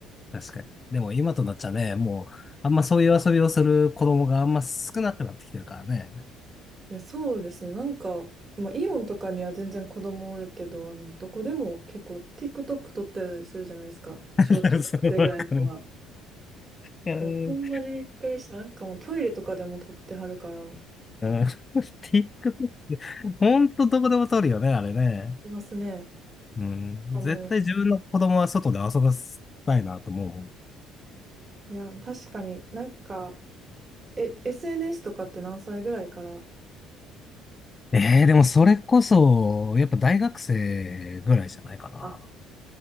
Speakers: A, on the left; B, on the right.
A: 確かに。でも今となっちゃね、もう、あんまそういう遊びをする子供があんま少なくなってきてるからね。
B: いや、そうですね。なんか、まあ、イオンとかには全然子供おるけど、あの、どこでも結構 TikTok 撮ってたりするじゃないですか。小中学生ぐらいの子が。
A: <laughs> そうわかる。うん。
B: でも、ほんまにびっくりした。なんかもうトイレとかでも撮ってはるから、
A: うん TikTok <laughs>、ほんとどこでも撮るよね、あれね。
B: いますね。
A: うん。
B: あ、
A: 絶対自分の子供は外で遊ばせたいなと思うもん。
B: もう、いや、確かになんか、え、SNS とかって何歳ぐらいから、
A: ええでもそれこそ、やっぱ大学生ぐらいじゃないかな。
B: あ、